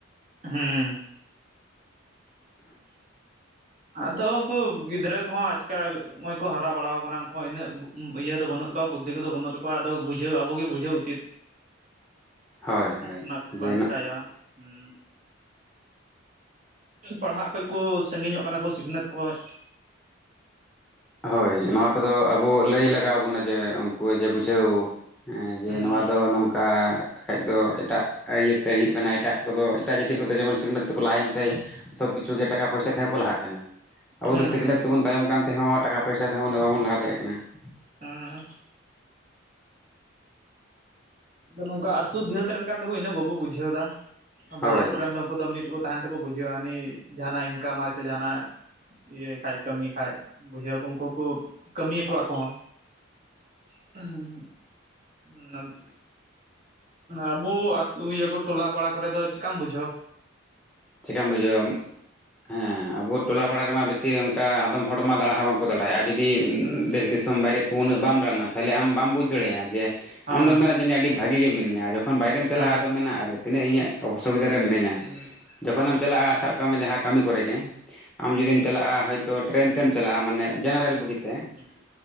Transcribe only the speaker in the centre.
ᱦᱳᱭ ᱦᱳᱭ
ᱡᱮ
ᱱᱚᱜ
ᱦᱳᱭ
ᱱᱚᱣᱟ ᱠᱚᱫᱚ ᱟᱵᱚ ᱞᱟᱹᱭ ᱞᱟᱜᱟᱣ ᱵᱚᱱᱟ ᱡᱮ ᱩᱱᱠᱩ ᱡᱮ ᱵᱩᱡᱷᱟᱹᱣ ᱦᱮᱸ ᱡᱮ
ᱱᱚᱣᱟ ᱫᱚ ᱱᱚᱝᱠᱟ ᱠᱷᱟᱡ ᱫᱚ ᱮᱴᱟᱜ ᱤᱭᱟᱹᱛᱮ ᱦᱩᱭᱩᱜ ᱠᱟᱱᱟ ᱮᱴᱟᱜ ᱠᱚᱫᱚ ᱮᱴᱟᱜ ᱡᱟᱹᱛᱤ ᱠᱚᱫᱚ ᱡᱮᱢᱚᱱ ᱥᱤᱠᱷᱱᱟᱹᱛ ᱛᱮᱠᱚ ᱞᱟᱦᱟᱭᱮᱱ ᱛᱮ ᱥᱚᱵ ᱠᱤᱪᱷᱩ ᱜᱮ ᱴᱟᱠᱟ ᱯᱚᱭᱥᱟ ᱛᱮᱦᱚᱸ ᱠᱚ ᱞᱟᱦᱟᱜ ᱠᱟᱱᱟ ᱾ ᱟᱵᱚ
ᱫᱚ ᱥᱤᱠᱷᱱᱟᱹᱛ
ᱛᱮᱵᱚᱱ ᱛᱟᱭᱚᱢ ᱠᱟᱱ ᱛᱮᱦᱚᱸ, ᱴᱟᱠᱟ ᱯᱚᱭᱥᱟ ᱛᱮᱦᱚᱸ ᱩᱱᱟᱹᱜ ᱵᱟᱵᱚᱱ ᱞᱟᱦᱟ ᱫᱟᱲᱮᱭᱟᱜ ᱠᱟᱱᱟ ᱾
ᱦᱳᱭ
<inaudible>
ᱪᱮᱠᱟᱢ ᱵᱩᱡᱷᱟᱹᱣᱟ ᱦᱮᱸ ᱟᱵᱚ ᱴᱚᱞᱟ ᱯᱟᱲᱟ ᱨᱮᱢᱟ ᱵᱮᱥᱤ ᱚᱱᱠᱟ ᱟᱫᱚᱢ ᱦᱚᱲᱢᱟ ᱫᱟᱬᱟ ᱦᱚᱸ ᱵᱟᱝᱠᱚ ᱫᱟᱲᱟᱭᱼᱟ ᱡᱩᱫᱤ
ᱵᱮᱥ ᱵᱮᱥ ᱛᱚᱢ ᱵᱟᱭᱨᱮ ᱩᱱᱟᱹᱜ ᱵᱟᱢ ᱫᱟᱲᱟᱱᱟ ᱛᱟᱦᱚᱞᱮ ᱟᱢ ᱵᱟᱢ ᱵᱩᱡᱽ
ᱫᱟᱲᱮᱭᱟᱜ-ᱟ
ᱡᱮ
ᱟᱢ ᱢᱮᱱᱟ ᱡᱟᱹᱱᱤᱡ ᱟᱹᱰᱤ ᱵᱷᱟᱹᱜᱤ ᱜᱮ ᱢᱤᱱᱟᱹᱧᱟ ᱡᱚᱠᱷᱚᱱ ᱵᱟᱭᱨᱮᱢ ᱪᱟᱞᱟᱜ
ᱟᱫᱚᱢ
ᱢᱮᱱᱟᱜᱼᱟ ᱟᱨ ᱛᱤᱱᱟᱹᱜ ᱤᱧᱟᱹᱜ ᱚᱥᱩᱵᱤᱫᱟ ᱨᱮ ᱢᱤᱱᱟᱧᱟ ᱾
ᱡᱚᱠᱷᱚᱱ ᱮᱢ ᱪᱟᱞᱟᱜᱼᱟ ᱥᱟᱵ ᱠᱟᱜ ᱢᱮ ᱡᱟᱦᱟᱸ ᱠᱟᱹᱢᱤ ᱠᱚᱨᱮ ᱜᱮ ᱟᱢ ᱡᱩᱫᱤᱢ ᱪᱟᱞᱟᱜᱼᱟ ᱦᱳᱭᱛᱚ ᱴᱨᱮᱱ ᱛᱮᱢ ᱪᱟᱞᱟᱜᱼᱟ ᱢᱟᱱᱮ ᱡᱮᱱᱟᱨᱮᱞ ᱵᱩᱜᱤᱛᱮ